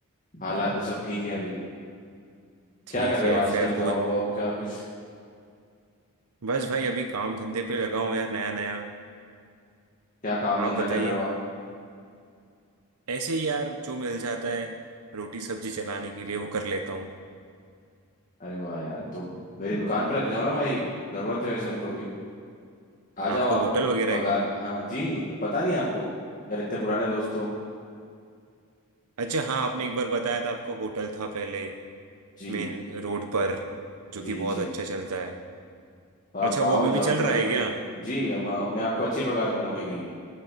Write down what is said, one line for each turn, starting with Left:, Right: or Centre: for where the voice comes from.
Left: हालात भी सब ठीक है अभी
Right: ठीक
Left: क्या कर रहे
Right: है
Left: हो आजकल
Right: फिर बहुत
Left: जॉब वॉब का कुछ
Right: बस भाई अभी काम धंधे पे लगा हूँ यार नया नया
Left: क्या काम
Right: आप
Left: धंधा
Right: बताइए
Left: कर रहे हो आप
Right: ऐसे ही यार जो मिल जाता है रोटी सब्जी चलाने के लिए वो कर लेता हूँ
Left: अरे वाह यार तो मेरी दुकान पे लग जाओ ना भाई ज़रूरत है वैसे हमको भी आ जाओ
Right: आपका
Left: आप
Right: होटल वगैरह
Left: पगार
Right: है?
Left: हाँ जी पता नहीं आपको यार इतने पुराने दोस्त हो
Right: अच्छा हाँ आपने एक बार बताया था आपका होटल था पहले
Left: जी
Right: मेन रोड पर जो
Left: जी
Right: कि बहुत
Left: जी
Right: अच्छा चलता है
Left: तो आप
Right: अच्छा
Left: आओ
Right: वो अभी
Left: ज्वाइन
Right: भी चल
Left: कर
Right: रहा
Left: लो
Right: है क्या
Left: जी अब मैं मैं आपको अच्छी पगार दूंगा महीने की